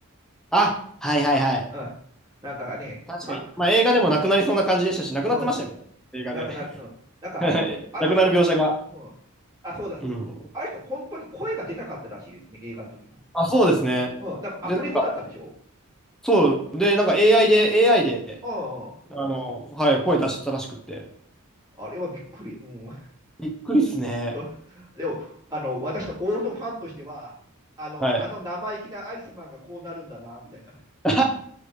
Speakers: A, in the centre; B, on the right.
A: あ、はいはいはい。
B: うん、なんかね、
A: 確かに。
B: あ、
A: まあ映画でもなくなりそうな感じでしたし、なくなってましたよね。
B: うん、
A: 映画で。
B: なくなる。うん。なんか、
A: <laughs>
B: あの人、
A: なくなる描写が。
B: うん。あ、そうだ、そうだ。
A: うん。
B: あの人、本当に声が出なかったらしいですね、映画の時も。
A: あ、そうですね。
B: うん。なんか、アフレコだったんでしょ
A: で、なんか、そう。で、なんか AI で、AI で、
B: あああ。
A: あの、はい、声出してたらしくって。
B: れはびっくり。うん。
A: びっくりっすね。
B: <laughs> でも、あの、私のオールドファンとしては、あの、
A: はい。
B: あの生意気なアイスマンがこうなるんだな、みたいな。
A: <laughs>